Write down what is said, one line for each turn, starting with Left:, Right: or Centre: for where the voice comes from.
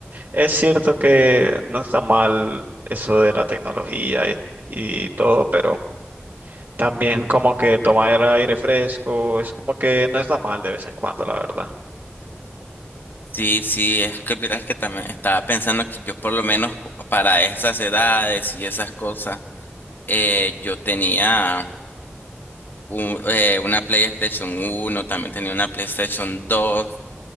Right: Es cierto que no está mal eso de la tecnología y, y todo, pero también como que tomar aire fresco, es como que no está mal de vez en cuando, la verdad.
Left: Sí, sí, es que verás que también estaba pensando que yo por lo menos para esas edades y esas cosas, eh, yo tenía un- eh, una PlayStation uno, también tenía una PlayStation dos